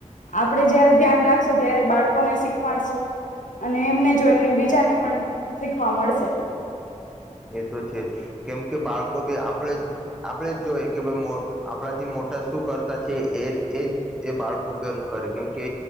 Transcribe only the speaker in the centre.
એ તો છે કેમ કે બાળકો ભી આપણે આપણેે જ જોઈ કે ભ આપણાથી મોટા શું કરતા છે એ એજ એ બાળકો કરે કેમકે